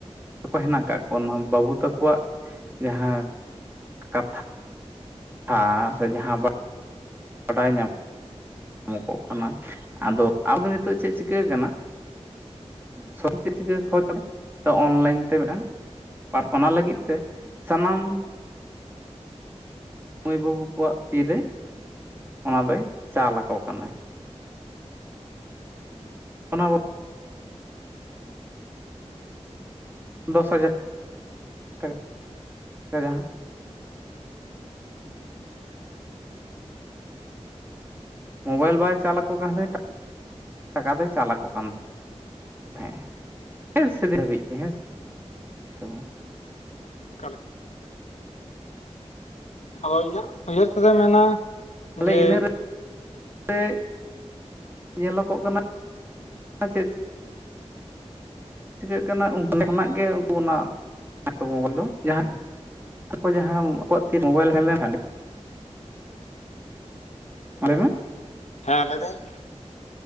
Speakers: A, on the right (about 20°); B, on the left (about 80°).
A: ᱠᱚ ᱦᱮᱱᱟᱜ ᱠᱟᱜ ᱠᱚᱣᱟ ᱚᱱᱟ ᱵᱟᱹᱵᱩ ᱛᱟᱠᱚᱣᱟᱜ ᱡᱟᱦᱟᱸ ᱠᱟᱛᱷᱟ ᱛᱷᱟ ᱥᱮ ᱡᱟᱦᱟᱸ ᱫᱚ ᱵᱟᱰᱟᱭ ᱧᱟᱢ ᱢᱚᱜᱚᱜ ᱠᱟᱱᱟ ᱟᱫᱚ ᱟᱫᱚ ᱱᱤᱛᱚᱜ ᱪᱮᱜ ᱪᱤᱠᱟᱹ ᱠᱟᱱᱟ ᱥᱚᱨ ᱪᱮ ᱪᱤᱠᱟᱹ ᱠᱷᱚᱡ ᱠᱟᱱᱟ ᱛᱚ ᱚᱱᱞᱟᱭᱤᱱ ᱛᱮ ᱢᱤᱴᱟᱝ ᱟᱨ ᱚᱱᱟ ᱞᱟᱜᱤᱫ ᱛᱮ ᱥᱟᱱᱟᱢ ᱢᱟᱹᱭ ᱵᱟᱹᱵᱩ ᱠᱚᱣᱟᱜ ᱛᱤᱨᱮ ᱚᱱᱟ ᱫᱚᱭ ᱪᱟᱞ ᱟᱠᱚ ᱠᱟᱱᱟᱭ ᱚᱱᱟ ᱫᱚᱥ ᱦᱟᱡᱟᱨ ᱴᱟᱠᱟ ᱡᱟᱦᱟᱸ ᱢᱳᱵᱟᱭᱤᱞ ᱵᱟᱭ ᱪᱟᱞᱟᱠᱚ ᱠᱟᱱ ᱨᱮᱦᱚᱸ ᱴᱟᱠᱟ ᱫᱚᱭ ᱪᱟᱞᱟᱠᱚ ᱠᱟᱱᱟ ᱛᱟᱸᱦᱮᱡ ᱮ ᱮᱭ ᱥᱮ ᱫᱤᱱ ᱦᱟᱹᱵᱤᱡ ᱜᱮ ᱦᱮᱸ ᱥᱮ ᱛᱳ
B: ᱚᱠᱟᱞᱮᱠ ᱟᱫᱚ ᱤᱧ ᱫᱚ ᱩᱭᱦᱟᱹᱨ ᱛᱮᱫᱚᱭ ᱢᱮᱱᱟ
A: ᱛᱟᱦᱮ
B: ᱡᱮ
A: ᱤᱱᱟᱹ ᱨᱮ ᱥᱮ ᱧᱮᱞᱚᱜᱚᱜ ᱠᱟᱱᱟ ᱪᱮᱫ ᱪᱤᱠᱟᱹᱜ ᱠᱟᱱᱟ ᱚᱰᱮ ᱠᱷᱚᱱᱟᱜ ᱜᱮ ᱩᱱᱠᱩ ᱚᱱᱟ ᱢᱚᱝᱜᱚᱞ ᱫᱚ ᱡᱟᱦᱟᱸ <unintelligible> ᱟᱠᱚ ᱡᱟᱦᱟᱸ ᱟᱠᱚᱣᱟᱜ ᱛᱤ ᱢᱳᱵᱟᱭᱤᱞ ᱛᱟᱦᱮ ᱞᱮᱱᱠᱷᱟᱱ ᱞᱟᱹᱭ ᱢᱮ
B: ᱦᱮᱸ ᱞᱟᱹᱭ ᱫᱟᱹᱧ